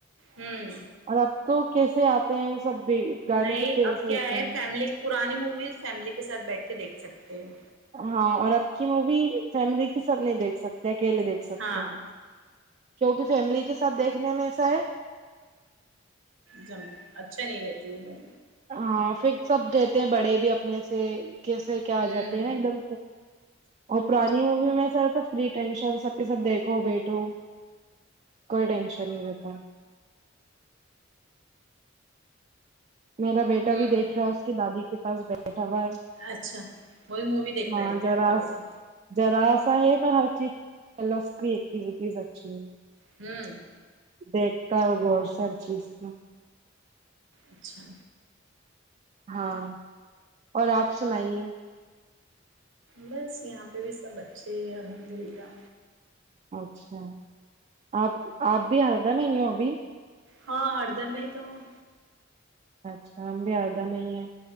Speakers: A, on the right (about 70°); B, on the right (about 35°).
A: ہوں
B: اور اب تو کیسے آتے ہیں سب بی گانے
A: نہیں
B: کتنے
A: اب
B: ویسے
A: کیا
B: دیتے
A: ہے
B: ہیں
A: فیملی پرانی مویز فیملی کے ساتھ بیٹھ کے دیکھ سکتے ہیں
B: ہاں اور آب کی مووی فیملی کے ساتھ نہیں دیکھ سکتے اکیلے دیکھ سکتے
A: ہاں
B: ہیں کیونکہ فیملی کے ساتھ دیکھنے میں ایسا ہے
A: جم اچھا نہیں رہتی میں
B: ہاں پھر سب رہتے ہیں بڑے بھی اپنے سے کیسے کیا
A: ہوں
B: آ جاتے ہیں نا ایک دم اور پرانی مووی میں سر تو فری ٹینشن سب کے سب دیکھو بیٹھو کوئی ٹینشن نہیں رہتا میرا بیٹا
A: ہوں
B: بھی دیکھ رہا ہے اس کے دادی کے پاس بیٹھا ہوا ہے
A: اچھا وہی مووی دیکھ
B: ہاں
A: رہے ہے کیا
B: ذرا
A: آپ کا بیٹا
B: ذرا سا ہے پر ہر چیز اکیٹیوٹیز اچھی ہے
A: ہوں
B: دیکھتا ہو گ اور سر چیز تو
A: اچھا
B: ہاں اور آپ سنائیے
A: بس یہاں پہ بھی سب اچھے الحمد للہ
B: اچھا آپ آپ بھی ہردا میں ہو ابھی
A: ہاں ہردمیں تو ہوں
B: اچھا ہم بھی آردہ نہیں ہیں